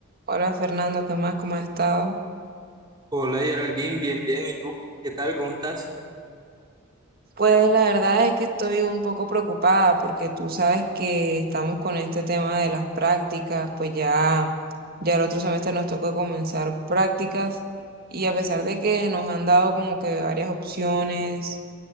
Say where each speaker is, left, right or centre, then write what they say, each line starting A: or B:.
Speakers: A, on the right; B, on the right.
A: Hola Fernando, ¿qué más? ¿Cómo has estado?
B: Hola Geraldine, bien, bien. ¿Y tú? ¿Qué tal? ¿Cómo estás?
A: Pues la verdad es que estoy un poco preocupada porque tú sabes que estamos con este tema de las prácticas, pues ya, ya el otro semestre nos toca comenzar prácticas y a pesar de que nos han dado como que varias opciones